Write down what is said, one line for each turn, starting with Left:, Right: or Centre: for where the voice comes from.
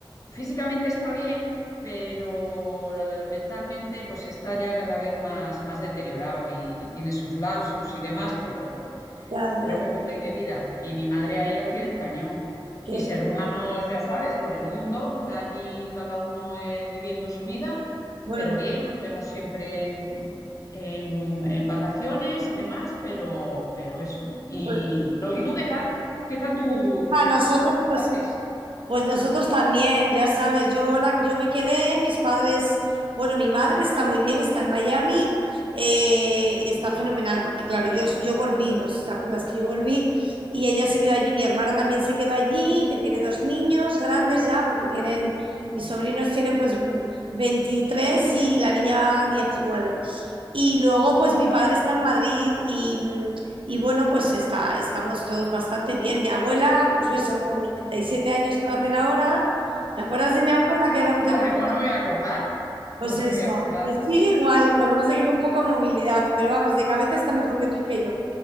Left: físicamente está bien, pero eh, mentalmente pues está ya cada vez más, más deteriorado y, y tiene sus lapsus y demás, pero,
Right: ya,
Left: pero
Right: ya,
Left: bueno, es ley de vida. Y mi madre ahí al pie del cañón.
Right: qué
Left: Mis hermanos,
Right: bien.
Left: ya sabes, por el mundo, allí cada uno eh, viviendo su vida,
Right: Bueno,
Left: pero bien, nos vemos siempre en, en- en vacaciones y demás, pero, pero eso. Y,
Right: pues,
Left: no, ¿y tú qué tal? ¿Qué tal tu,
Right: pues, a nosotros,
Left: qué tal tus
Right: pues
Left: padres?
Right: Pues nosotros también, ya sabes, yo, la, yo me quedé, mis padres, bueno, mi madre está muy bien, está en Miami eh, y está fenomenal, porque claro, yo, yo volví, no sé si te acuerdas que yo volví y ella se quedó allí, mi hermana también se quedó allí, que tiene dos niños grandes ya, porque tienen, mis sobrinos tienen pues 23 y la niña 19. Y luego, pues mi padre está en Madrid y, mm, y bueno, pues está, estamos todos bastante bien. Mi abuela, pues eso, con 97 años que va a hacer ahora, ¿te acuerdas de mi abuela que era un terremoto?
Left: Hombre, ¿cómo no me voy a acordar?
Right: Pues
Left: ¿Cómo no
Right: eso,
Left: me voy a acordar?
Right: pues sigue igual, lo que pasa es que con poca movilidad, pero vamos, de cabeza está mejor que tú y que yo.